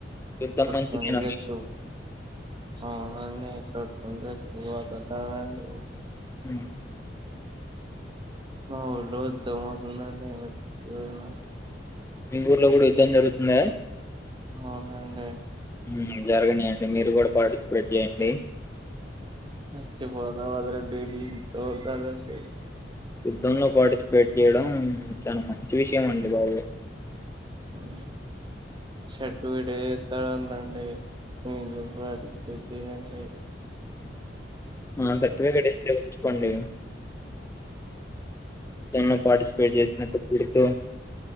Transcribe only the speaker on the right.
తుదచ్చ ఆ అండీ చూచ్చపోతండి
మా ఊళ్ళ యుద్ధం అవుతుందండి పోయనా
అవున్ అండీ
చర్చ్చిపోతా వద రండిడి ఇ వెళ్తారుండి
ఉమ్ చెట్టు విడేస్త ఉందండి మీ పడి చెయండి